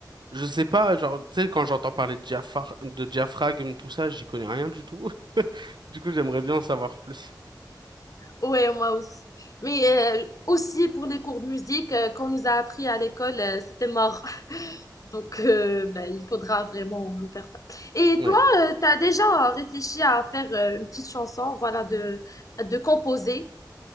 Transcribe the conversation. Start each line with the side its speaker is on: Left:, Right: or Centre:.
Right: je sais pas, genre, tu sais, quand j'entends parler de diaphar- de diaphragme, tout ça, j'y connais rien du tout. <laughs> Du coup, j'aimerais bien en savoir plus.
Left: Ouais, moi aussi. Mais euh, aussi pour les cours de musique euh, qu'on nous a appris à l'école, euh, c'était mort. <laughs> Donc euh, ben, il faudra vraiment euh, faire ça. Et
Right: Ouais.
Left: toi, tu as déjà réfléchi à faire euh, une petite chanson, voilà, de de composer.